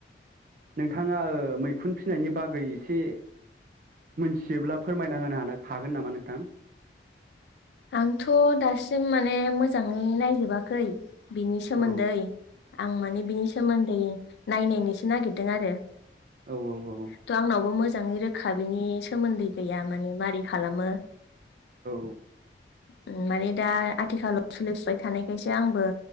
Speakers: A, on the right; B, on the left.
A: नोंथाङा ओ मैखुन फिसिनायनि बागै एसे मोनथियोब्ला फोरमायना होनो हानो हागोन नामा नोंथां?
B: आंथ' दासिम माने मोजाङै नायजोबाखै बिनि सोमोन्दै
A: औ
B: आं माने बिनि सोमोन दै नायनायनोसो नागिरदों आरो।
A: औ औ औ
B: थ' आंनावबो मोजाङै रोखा बिनि सोमोन्दै गैया माने मारै खालामो।
A: औ
B: उम माने दा आथिखालाव सोलिफुबाय थानायखायसो आंबो